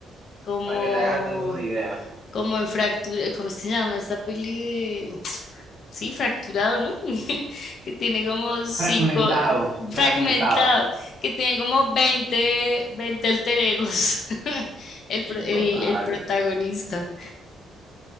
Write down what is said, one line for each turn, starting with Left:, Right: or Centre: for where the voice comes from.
Left: como
Right: para que te hagas dando una idea.
Left: como en fractura, ¿cómo es que se llama esta peli de... <tsk> Sí, fracturado, ¿no? <laughs> Que tiene como cinco,
Right: Fragmentado,
Left: fragmentado,
Right: fragmentado.
Left: que tiene como veinte veinte alter egos, <laughs> el,
Right: Sí,
Left: pro- el,
Right: total.
Left: el protagonista.